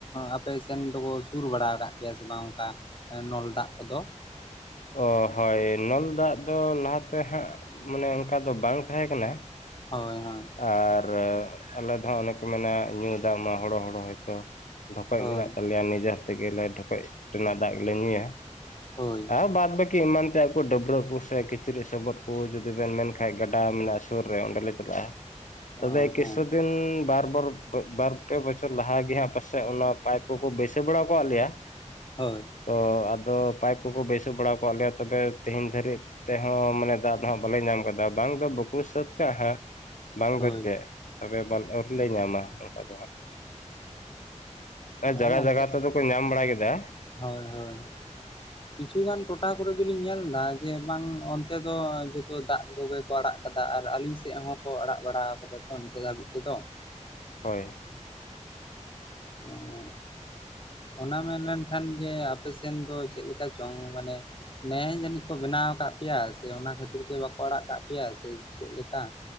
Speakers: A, on the left; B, on the left.
A: ᱟᱯᱮᱥᱱ ᱫᱚᱵᱚ ᱥᱩᱨ ᱵᱟᱲᱟ ᱠᱟᱜ ᱯᱮᱭᱟ ᱥᱮ ᱵᱟᱝ ᱚᱝᱠᱟ, ᱮ ᱱᱚᱞ ᱫᱟᱜ ᱠᱚᱫᱚ?
B: ᱚ ᱦᱳᱭ ᱱᱚᱞ ᱫᱟᱜ ᱫᱚ ᱞᱟᱦᱟᱛᱮ ᱦᱟᱸᱜ ᱢᱟᱱᱮ ᱚᱝᱠᱟ ᱫᱚ ᱵᱟᱝ ᱛᱟᱦᱮᱸ ᱠᱟᱱᱟ᱾
A: ᱦᱳᱭ ᱦᱳᱭ᱾
B: ᱟᱨ ᱟᱞᱮ ᱫᱚ ᱦᱟᱸᱜ ᱚᱱᱮ ᱠᱚ ᱢᱮᱱᱟ ᱧᱩ ᱫᱟᱜ ᱢᱟ ᱦᱚᱲᱚ ᱦᱚᱲᱚ ᱦᱚᱭᱛᱚ᱾ ᱰᱷᱚᱠᱚᱡ
A: ᱦᱳᱭ
B: ᱢᱮᱱᱟᱜ ᱛᱟᱞᱮᱭᱟ ᱱᱤᱡᱮᱨ ᱛᱮᱜᱮᱞᱮ ᱰᱷᱚᱠᱚᱡ ᱨᱮᱱᱟᱜ ᱫᱟᱜ ᱜᱮᱞᱮ ᱧᱩᱭᱟ᱾
A: ᱦᱳᱭ᱾
B: ᱛᱟᱣ ᱵᱟᱫ ᱵᱟᱹᱠᱤ ᱮᱢᱟᱱ ᱛᱮᱭᱟᱜ ᱠᱚ ᱰᱟᱹᱵᱨᱟᱹᱜ ᱠᱩ ᱥᱮ ᱠᱤᱪᱨᱤ ᱥᱚᱵᱚᱫ ᱠᱩ ᱡᱩᱫᱤ ᱵᱮᱱ ᱢᱮᱱ ᱠᱷᱟᱱᱡ ᱜᱟᱰᱟ ᱢᱮᱱᱟᱜ ᱥᱮ ᱥᱩᱨ ᱨᱮ ᱚᱸᱰᱮᱞ ᱞᱮ ᱪᱟᱞᱟᱜᱼᱟ᱾
A: ᱦᱮᱸ
B: ᱛᱚᱵᱮ ᱠᱮᱥᱳᱫ ᱫᱤᱱ ᱵᱟᱨ ᱵᱟᱨ ᱵᱟᱨ ᱯᱮ ᱵᱚᱪᱷᱚᱨ ᱞᱟᱦᱟ ᱜᱮ ᱦᱟᱸᱜ ᱯᱟᱥᱮᱫ ᱚᱱᱟ ᱯᱟᱭᱤᱯ ᱠᱚᱠᱚ ᱵᱟᱹᱭᱥᱟᱹᱣ ᱵᱟᱲᱟ ᱠᱟᱫ ᱞᱮᱭᱟ᱾
A: ᱦᱳᱭ
B: ᱛᱚ ᱟᱫᱚ ᱯᱟᱭᱤᱯ ᱠᱩᱠᱚ ᱵᱟᱹᱭᱥᱟᱣ ᱵᱟᱲᱟ ᱟᱠᱟᱫ ᱞᱮᱭᱟ᱾ ᱛᱚᱵᱮ ᱛᱮᱦᱤᱧ ᱫᱷᱟᱹᱨᱤᱡ ᱛᱮᱦᱚᱸ ᱢᱟᱱᱮ ᱫᱟᱜ ᱦᱟᱸᱜ ᱵᱟᱞᱮ ᱧᱟᱢ ᱠᱟᱫᱟ᱾ ᱵᱟᱝ ᱫᱚ ᱵᱟᱠᱚ ᱥᱟᱹᱛ ᱠᱟᱜ ᱦᱟᱸᱜ᱾ ᱵᱟᱝ
A: ᱦᱳᱭ
B: ᱫᱚ ᱪᱮᱜ, ᱛᱚᱵᱮ ᱟᱹᱣᱨᱤᱞᱮ ᱧᱟᱢᱟ ᱚᱝᱠᱟ ᱫᱚ ᱦᱟᱸᱜ᱾ ᱟᱨ
A: ᱦᱮᱸ
B: ᱡᱟᱜᱟ
A: ᱜᱚᱝᱠᱮ
B: ᱡᱟᱜᱟ ᱛᱮᱫᱚ ᱠᱚ ᱧᱟᱢ ᱵᱟᱲᱟ ᱠᱮᱫᱟ᱾
A: ᱦᱳᱭ ᱦᱳᱭ᱾
B: <unintelligible>
A: ᱠᱤᱪᱷᱩ ᱜᱟᱱ ᱴᱚᱴᱷᱟ ᱠᱚᱨᱮ ᱫᱚᱞᱤᱧ ᱧᱮᱞ ᱫᱟ ᱡᱮ ᱵᱟᱝ ᱚᱱᱛᱮ ᱫᱚ ᱡᱷᱚᱛᱚ ᱫᱟᱜ ᱠᱚᱜᱮ ᱠᱚ ᱟᱲᱟᱜ ᱠᱟᱫᱟ ᱟᱨ ᱟᱹᱞᱤᱧ ᱥᱮᱫ ᱦᱚᱸᱠᱚ ᱟᱲᱟᱜ ᱵᱟᱲᱟ ᱠᱟᱫᱟ ᱛᱚ ᱱᱤᱛᱚᱜ ᱫᱷᱟᱹᱵᱤᱡ ᱛᱮᱫᱚ᱾
B: ᱦᱳᱭ᱾
A: ᱛᱚ ᱚᱱᱟ ᱢᱮᱱ ᱞᱮᱱᱠᱷᱟᱱ ᱜᱮ ᱟᱯᱮᱥᱮᱱ ᱫᱚ ᱪᱮᱫ ᱞᱮᱠᱟ ᱪᱚᱝ ᱢᱟᱱᱮ ᱱᱮᱭ ᱡᱟᱹᱱᱤᱡ ᱠᱚ ᱵᱮᱱᱟᱣ ᱠᱟᱜ ᱯᱮᱭᱟ, ᱥᱮ ᱚᱱᱟ ᱠᱷᱟᱹᱛᱤᱨ ᱜᱮ ᱵᱟᱠᱚ ᱟᱲᱟᱜ ᱠᱟᱫ ᱯᱮᱭᱟ, ᱥᱮ ᱪᱮᱫ ᱞᱮᱠᱟ,